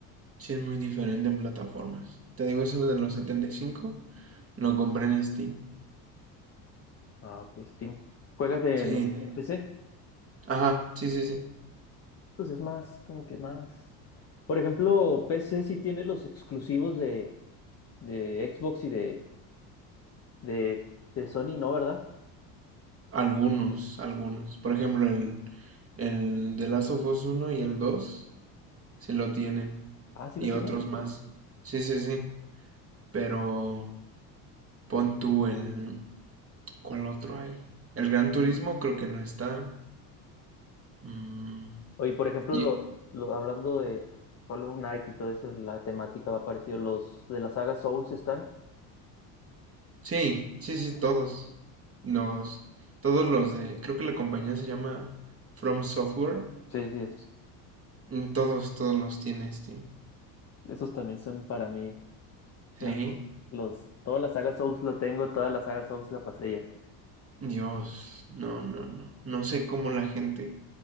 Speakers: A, on the right; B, on the left.
A: Sí, es muy diferente en plataformas. Te digo eso de los 75 lo compré en Steam.
B: Ah, pues Steam. ¿Juegas en
A: Sí,
B: en PC?
A: ajá, sí, sí, sí.
B: Pues es más, como que más. Por ejemplo, PC sí tiene los exclusivos de, de Xbox y de, de, de Sony, ¿no? ¿Verdad?
A: Algunos, algunos. Por ejemplo, el, el The Last of Us 1 y el dos sí lo tienen.
B: Ah, sí
A: Y
B: los tienen.
A: otros más. Sí, sí, sí. Pero pon tú el... ¿Cuál otro hay? El Gran Turismo creo que no está. Mm,
B: Oye, por ejemplo,
A: y-
B: los, los hablando de Hollow Knight y todo eso, la temática va parecido. Los de la saga Souls están.
A: sí, sí, sí, todos. Los, todos los de... Creo que la compañía se llama From Software.
B: Sí, sí, esos.
A: Mm, Todos, todos los tiene Steam.
B: Esos también son para mí Una
A: Sí.
B: jo- Los, toda la saga Souls lo tengo, toda la saga Souls la pasé ya.
A: Dios, no, no, no. No sé cómo la gente...